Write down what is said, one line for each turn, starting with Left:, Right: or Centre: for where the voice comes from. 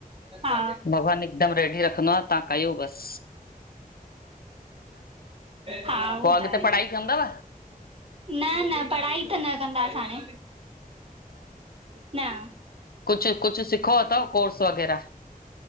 Right: हा
Left: भॻवान हिकदम रेडी रखंदो आ तव्हां कयो बस।
Right: हा, उओ
Left: पोइ अॻिते
Right: त आहे।
Left: पढ़ाई कंदव
Right: न- न, पढ़ाई त न कंदास हाणे। न-
Left: कुछ- कुछ सिखो अथव कोर्स वग़ैरह?